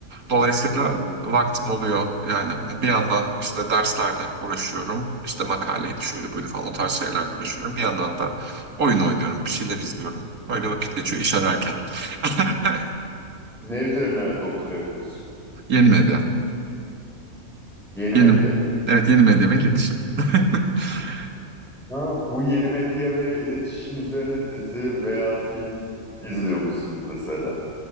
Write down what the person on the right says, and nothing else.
Dolayısıyla
vaktim oluyor. Yani hani bir yandan işte derslerle uğraşıyorum. İşte makaleydi şöyle böyle falan o tarz şeylerle uğraşıyorum. Bir yandan da oyun oynuyorum, bir şeyler izliyorum. Öyle vakit geçiyor iş ararken. <laughs>
Yeni medya.
Yeni,
evet yeni medya ve iletişim. <laughs>